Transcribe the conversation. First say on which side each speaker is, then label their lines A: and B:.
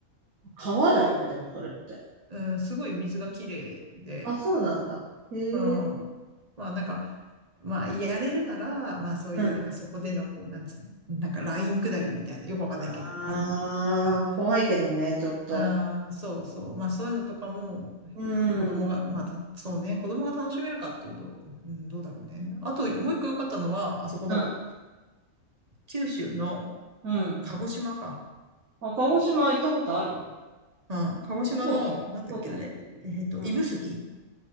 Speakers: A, on the right; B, on the right.
A: 川だよね、でもそれって。
B: うん、すごい水が綺麗で、
A: あ、そうなんだ。へえ。
B: うん。まあなんか、まあ、やれるなら、まあ、そういう、
A: うん。
B: なんか、そこでの、こう、なんつうの、なんか、ライン下りみたいな、よくわかんないけど、
A: ああ、
B: あるの。なんか、
A: 怖いけどね、ちょっと。
B: あーそうそう。まあ、そういうのとかも、
A: う
B: 子供が、
A: ん。
B: まあ、たそうね、子供が楽しめるかっていうと、うん、どうだろうね。あと、もう一個良かったのは、あそこだわ。
A: うん。
B: 九州の
A: うん。
B: 鹿児島か。
A: あ、鹿児島行ったことあるよ。
B: うん、鹿児島の、
A: 飛行機飛行機で行ってくる。
B: なんだっけ、あれ。えっと、
A: うん。
B: 指宿